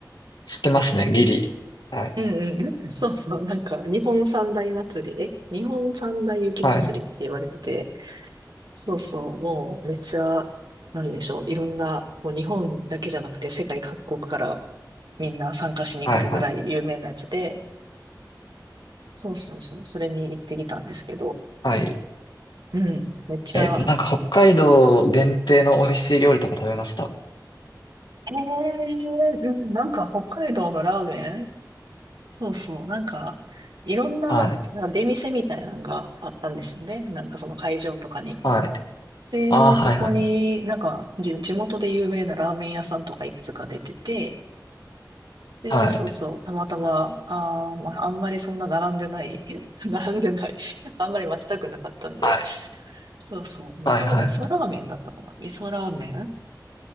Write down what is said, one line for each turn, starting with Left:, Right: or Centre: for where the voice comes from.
Left: 知ってますね。ギリ。はい。
Right: うんうん。そうそう。なんか、日本三大祭り、え日本三大雪まつりって言われてて、
Left: はい。
Right: そうそう、もうめっちゃ、なんでしょう、いろんな、もう日本だけじゃなくて世界各国からみんな参加しに来るぐらい有名なやつで、
Left: はい。はい。
Right: そうそうそう、それに行ってきたんですけど、
Left: はい。
Right: うん、めっちゃ、
Left: え、なんか北海道限定の美味しい料理とか食べました。
Right: えー、うん、なんか北海道のラーメンそうそう、なんか、いろんな、
Left: はい。
Right: なんか出店みたいなのがあったんですよね。なんかその会場とかに。
Left: はい。
Right: で、
Left: あー、はい。
Right: そこになんか地地元で有名なラーメン屋さんとかいくつか出てて、
Left: はい。
Right: で、
Left: はい。
Right: そうそう、たまたま、あー、まあ、あんまりそんな並んでない、<laughs> 並んでない、<laughs> あんまり待ちたくなかったんで、
Left: はい。
Right: そうそう、味噌、
Left: はい。はい。
Right: 味噌ラーメンだったかな味噌ラーメン